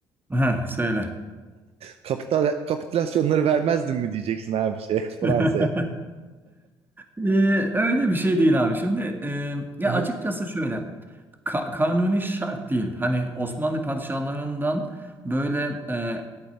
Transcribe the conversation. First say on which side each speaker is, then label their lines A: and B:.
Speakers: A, on the right; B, on the right.
A: Heh, söyle.
B: Kapital kapitülasyonları vermezdim mi diyeceksin abi şey <laughs> Fransa'ya.
A: <laughs> Ee, öyle bir şey değil abi. Şimdi e, ya
B: Hı hı.
A: açıkçası şöyle ka- kanuni şart değil. Hani Osmanlı padişahlarından böyle e,